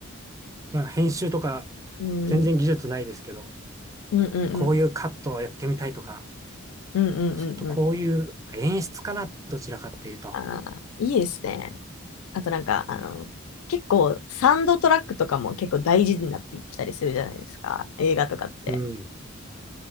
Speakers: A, on the right; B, on the left.
A: まあ編集とか
B: うん、
A: 全然技術ないですけど、
B: うんうんうん。
A: こういうカットをやってみたいとか、
B: うんうんうんうん。
A: ちょっとこういう演出かな、どちらかっていうと。
B: ああ、いいですね。あとなんか、あの、結構サウンドトラックとかも結構大事になってきたりするじゃないですか。映画とかって。
A: うん。